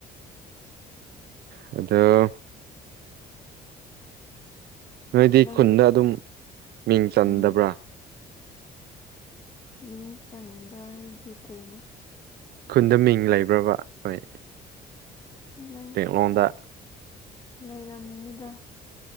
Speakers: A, on the right (about 70°); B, on the left (about 25°).
A: ꯑꯗꯣ ꯅꯣꯏꯗꯤ
B: ꯅꯪꯁꯨ
A: ꯈꯨꯟꯗ ꯑꯗꯨꯝ ꯃꯤꯡ ꯆꯟꯗꯕ꯭ꯔꯥ
B: ꯎꯝ ꯃꯤꯡ ꯆꯟꯕ ꯍꯥꯏꯗꯤ ꯀꯩꯅꯣ
A: ꯈꯨꯟꯗ ꯃꯤꯡ ꯂꯩꯕ꯭ꯔꯥꯕ ꯅꯣꯏ
B: ꯂꯩ
A: <unintelligible>
B: ꯂꯩꯔꯝꯅꯤꯗ